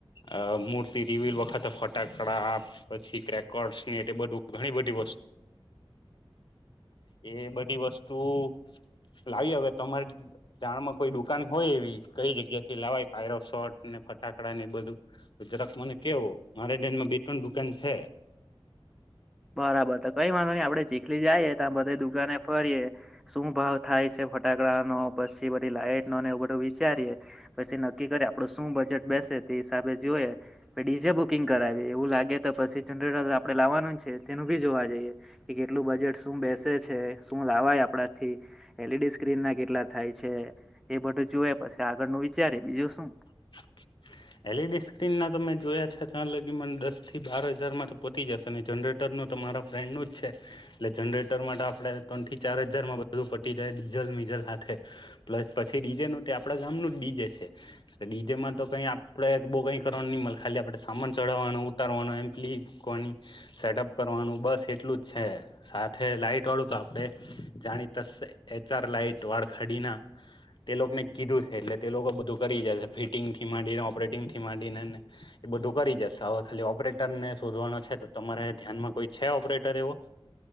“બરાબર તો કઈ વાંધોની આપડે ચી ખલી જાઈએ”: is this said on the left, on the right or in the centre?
Centre